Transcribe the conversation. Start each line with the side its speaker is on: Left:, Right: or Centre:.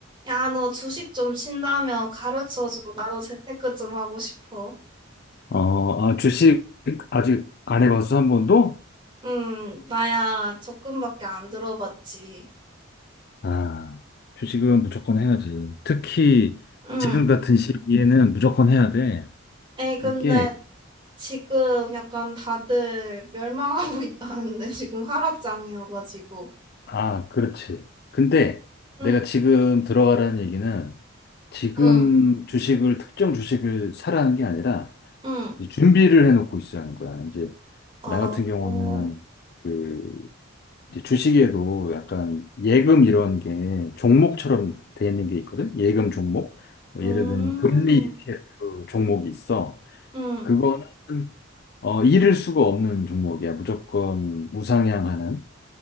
Right: 야, 너 주식 좀 친다며 가르쳐줘. 나도 재테크 좀 하고 싶어.
Left: 어, 아, 주식 아직 안 해봤어, 한 번도?
Right: 음, 나야 적금밖에 안 들어봤지.
Left: 아, 주식은 무조건 해야지. 특히
Right: 음,
Left: 지금 같은 시기에는 무조건 해야 돼.
Right: 에이, 근데
Left: 이게,
Right: 지금 약간 다들 멸망하고 <laughs> 있다는데 지금 하락장이어가지고.
Left: 아, 그렇지. 근데
Right: 응,
Left: 내가 지금 들어가라는 얘기는 지금
Right: 응,
Left: 주식을, 특정 주식을 사라는 게 아니라
Right: 응.
Left: 이제 준비를 해놓고 있으라는 거야. 이제
Right: 어,
Left: 나 같은 경우는
Right: 어,
Left: 그 이제 주식에도 약간 예금 이런 게 종목처럼 돼 있는 게 있거든? 예금 종목. 뭐
Right: 음,
Left: 예를 들면 금리 ETF 종목이 있어.
Right: 음.
Left: 그거는 어, 잃을 수가 없는 종목이야. 무조건 우상향하는.